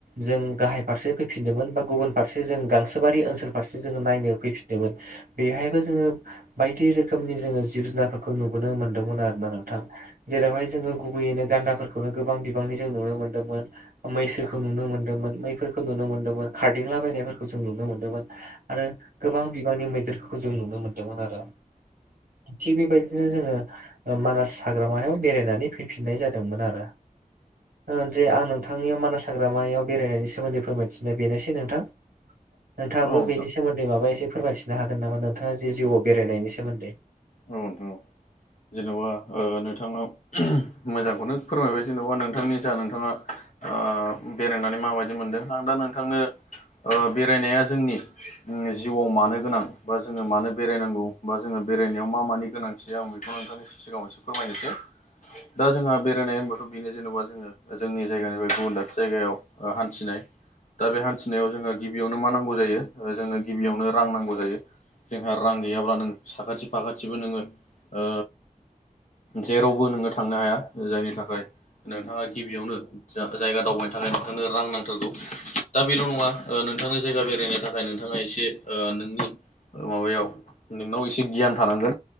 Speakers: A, on the right; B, on the left.
A: जों गाहाय फारसे फैफिनदोंमोन बा गुबुन फारसे जों गांसोबारि ओनसोल फारसे जोङो नायनो फैफिनदोंमोन। बेहायबो जोङो बायदि रोखोमनि जोङो जिब जुनारफोरखौ नुबोनो मोनदोंमोन आरोना नोंथां। जेरावहाय जोङो गुबैयैनो गान्दाफोरखौनो गोबां बिबांनि जों नुनो मोन्दोंमोन। मैसो खौ नुनो मोनदोंमोन मैफोरखौ नुनो मोन्दोंमोन खारदिंलाबायनायफोरखौ जों नुनो मोन्दोंमोन। आरो गोबां बिबांनि मैदेरफोरखौ जों नुनो मोन्दोंमोन आरो। थिग बेबायदिनो जोङो मानास हाग्रामायाव बेरायनानै फैफिननाय जादोंमोन आरो। ओ जे आं नोंथांनियाव मानास हाग्रामायाव बेरायनायनि सोमोन्दै फोरमायथिनाय बेनोसै नोंथां। नोंथाङाबो
B: औ नोंथां
A: बेनि सोमोन्दै माबा एसे फोरमायथिननो हागोन नामा नोंथाङा जे जिउआव बेरायनायनि सोमोन्दै?
B: औ नोंथां ओ। जेन'बा ओ नोंथाङा मोजांखौनो फोरमायबाय जेन'बा नोंथांनि जा नोंथाङा आ बेरायनानै माबायदि मोनदों आं दा नोंथांनो ओ बेरायनाया जोंनि जिउआव मानो गोनां बा जोङो मानो बेरायनांगौ बा जोङो बेरायनायाव मा मानि गोनांथि दं आं बेखौ नोंथांनि सिगाङाव एसे फोरमायनोसै। दा जोंहा बेरायनाय होनबाथ' बेनो जेनबा जोङो जोंनि जायगानिफ्राय गुबुन दाबसे जायगायाव ओ हान्थिनाय दा बे हान्थिनायाव जोंनो गिबियावनो मा नांगौ जायो जोंनो गिबियावनो रां नांगौ जायो। जोंहा रां गैयाब्ला नों साखाथि फाखाथिबो नोङो ओ जेरावबो नोङो थांनो हाया। जायनि थाखाय नोंथाङा गिबियावनो जायगा दावबायनो थाखाय नोंथांनो रां नांथारगौ। दा बेल' नङा नोंथांनो जायगा बेरायनो थाखाय नों नोंथाङा एसे ओ नोंनि माबायाव नोंनाव एसे गियान थानांगोन।